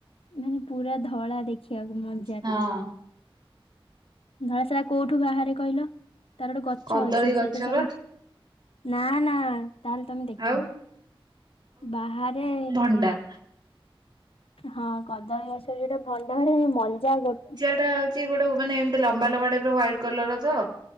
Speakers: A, on the left; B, on the right.
A: ମାନେ ପୁରା ଧଳା ଦେଖିବାକୁ ମଜା
B: ନୁହଁ।
A: ଟା ଧଳା ସାରା କୋଉଠୁ ବାହାରେ କହିଲ ତାର ଗୋଟେ
B: କଦଳୀ
A: ଗଛ ଅଛି ସେଥିରେ ସବୁ
B: ବା
A: ନା ନା ତାହେଲେ ତମେ ଦେଖିନ
B: ଆଉ
A: ବାହାରେ
B: ହୁଣ୍ଡା।
A: ହଁ କଦଳୀ ଗଛ ଯୋଉଟା ଭଣ୍ଡା ଭରେ ମଞ୍ଜା ଗୋଟେ
B: ଏଟା ହଉଛି ଗୋଟେ ମାନେ ଏମତି ଲମ୍ବା ଲମ୍ବା ଟାଇପ ର ହ୍ୱାଇଟ କଲର ର ତ।